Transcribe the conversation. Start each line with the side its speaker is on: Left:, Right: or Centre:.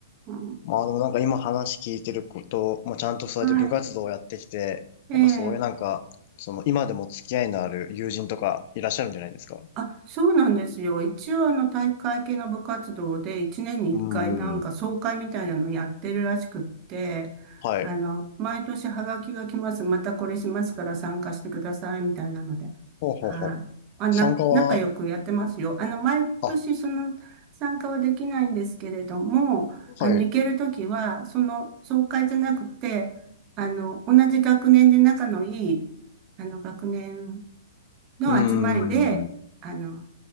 Right: うん、
Left: まあでもなんか今話聞いてること、もちゃんとそうやって部活動をやってきて、
Right: はい。ええ
Left: やっぱそういうなんか、その今でも付き合いのある友人とかいらっしゃるんじゃないですか
Right: あ、そうなんですよ。一応あの体育会系の部活動で一年に一回なんか総会みたいなのやってるらしくって、
Left: うーん。はい。
Right: あの、毎年ハガキが来ます。またこれしますから参加してくださいみたいなので。
Left: ほうほうほう。
Right: はい。あ、な、
Left: 参加は、
Right: 仲良くやってますよ。あの、毎年その参加はできないんですけれども、
Left: あ、
Right: あの、
Left: はい。
Right: 行けるときは、その総会じゃなくて、あの、同じ学年で仲のいい、あの、学年の集まりで、
Left: うーん。
Right: あの、